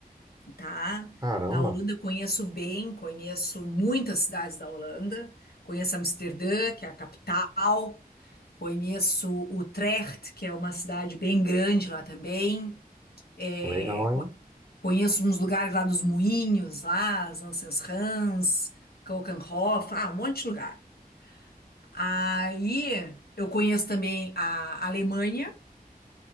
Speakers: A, on the left; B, on the right.
A: tá?
B: Caramba,
A: Na Holanda eu conheço bem, conheço muitas cidades da Holanda, conheço Amsterdã, que é a capital, Conheço Utrecht, que é uma cidade bem grande lá também. É,
B: legal, hein?
A: co- conheço uns lugares lá dos Moinhos, lá, Zanzerhans, Keukenhof, ah, um monte de lugar. Aí eu conheço também a Alemanha.